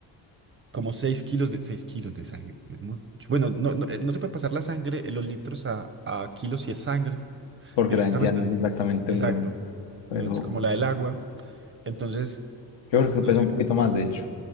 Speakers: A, on the right; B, on the left.
A: como seis kilos de, seis kilos de sangre. Es mucho. Bueno, no, no, eh, no se puede pasar la sangre, eh, los litros a, a kilos si es sangre.
B: porque
A: directamente.
B: la densidad no
A: es-
B: es exactamente
A: Exacto.
B: un gramo, pero
A: No es como la del agua. Entonces,
B: yo creo que
A: no
B: pesa
A: sé.
B: un poquito más, de hecho.